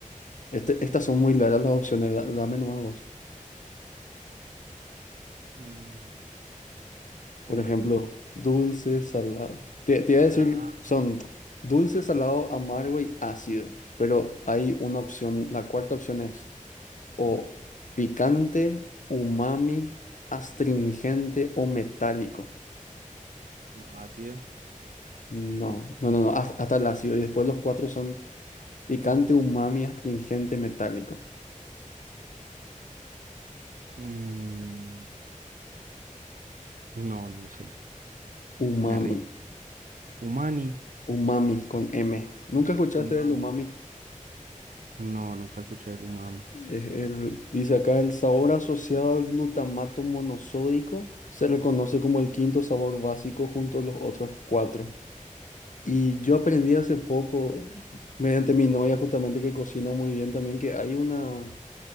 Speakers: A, on the left (about 65°); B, on the right (about 80°).
A: Este- estas son muy largas las opciones, da- dame nomás vos.
B: Mm, ¿Cómo
A: Por ejemplo,
B: así?
A: dulce, salado. Te, te iba a decir,
B: Ah,
A: son dulce, salado, amargo y ácido. Pero hay una opción, la cuarta opción es o picante, umami, astringente o metálico.
B: no, ácido.
A: No, no, no, no, has- hasta, el ácido. Y después los cuatro son picante, umami, astringente, metálico.
B: Mm, no, no sé.
A: Umami,
B: Me rindo. Umani,
A: umami con M. ¿Nunca escuchaste
B: umami.
A: del umami?
B: No, nunca escuché el umami.
A: Eh, el- dice acá, el sabor asociado al glutamato monosódico se reconoce como el quinto sabor básico junto a los otros cuatro. Y yo aprendí hace poco, mediante mi novia justamente que cocina muy bien también, que hay una,